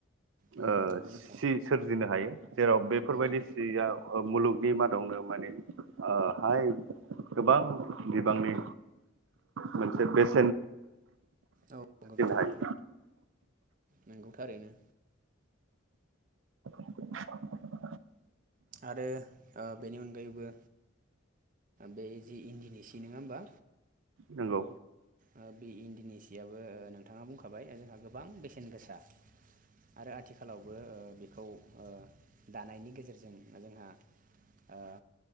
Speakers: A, on the right; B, on the right.
A: उम
B: ओ
A: नंगौ नोंथां
B: सि सोरजिनो हायो। जेराव बेफोरबायदि
A: औ
B: सिया ओ मुलुगनि मादावनो माने ओ <unintelligible> गोबां बिबांनि मोनसे बेसे
A: औ नंगौ नोंथां
B: हायो
A: नंगौ थारैनो
B: <inaudible>
A: आरो ओ बेनि अनगायैबो बे जि इन्दिनि सि नङा होमबा।
B: नंगौ
A: ओ बे इन्दिनि सियाबबो ओ नोंथाङा बुंखाबाय जोंहा गोबां बेसेन गोसा आरो आथिखालावबो ओ बेखौ ओ दानायनि गेजेरजों जोंहा ओ